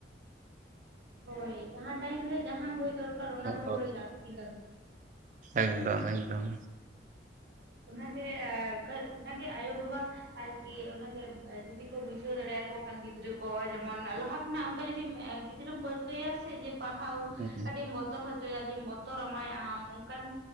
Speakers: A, on the right (about 65°); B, on the right (about 40°).
A: ᱦᱳᱭ ᱡᱟᱦᱟᱸᱱ ᱴᱟᱭᱤᱢ ᱨᱮ ᱡᱟᱦᱟᱸ ᱦᱩᱭ ᱫᱚᱨᱠᱟᱨ ᱚᱱᱟ
B: ᱦᱳᱭ
A: ᱫᱚ ᱦᱩᱭ ᱞᱟᱹᱠᱛᱤ ᱠᱟᱱ᱾
B: ᱮᱠᱫᱚᱢ ᱮᱠᱫᱚᱢ,
A: ᱚᱱᱟ ᱜᱮ ᱚᱠᱟ ᱚᱱᱟ ᱜᱮ ᱟᱭᱳ ᱵᱟᱵᱟ ᱟᱨᱠᱤ ᱚᱱᱟᱜᱮ ᱡᱩᱫᱤ ᱠᱚ ᱵᱩᱡᱷᱟᱹᱣ ᱫᱟᱲᱮᱭᱟ ᱠᱚ ᱠᱷᱟᱱ ᱜᱤᱫᱽᱨᱟᱹ ᱠᱚ ᱱᱚᱜ-ᱚᱜ ᱡᱮᱢᱚᱱ ᱞᱟᱦᱟ ᱠᱷᱚᱱᱟᱜ ᱚᱱᱠᱟ ᱡᱩᱫᱤᱢ ᱜᱤᱫᱽᱨᱟᱹᱢ ᱯᱟᱹᱨᱠᱟᱹᱣᱮᱭᱟ ᱥᱮ ᱡᱮ ᱯᱟᱲᱦᱟᱣ
B: ᱦᱩᱸ
A: ᱠᱟᱹᱴᱤᱡ-ᱮᱢ ᱵᱚᱛᱚᱨ ᱦᱚᱪᱚ ᱪᱚᱭᱮᱭᱟ ᱵᱚᱛᱚᱨ ᱢᱟᱭ ᱟᱢ ᱚᱱᱠᱟᱱ